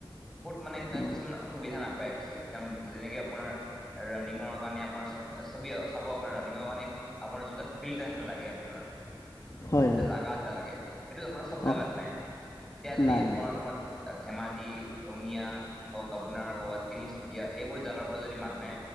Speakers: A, in the centre; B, on the left (about 45°).
A: বহুত মানে
B: লাগে।
A: কিছুমান অসুবিধা নাপায় কাৰণ যেনেকে আপোনাৰ ৰানিঙৰ কাৰণে আপোনাৰ চ চাব আপোনাৰ ৰানিঙৰ কাৰণে আপোনাৰ যোনটো ফিল্ড এখন লাগে আপোনাৰ- <inaudible>
B: হয়
A: এয়া
B: হয়
A: জাগা এটা লাগে সেইটো আপোনাৰ চব জোগাত
B: অ
A: নাই এতিয়া যদি
B: নাই
A: আপোনাৰ-
B: নাই
A: ধেমাজি- ৰঙিয়া হওক আপোনাৰ কবাত তিনিচুকীয়া সেইবোৰ জাগাৰ পৰা যদি মানুহে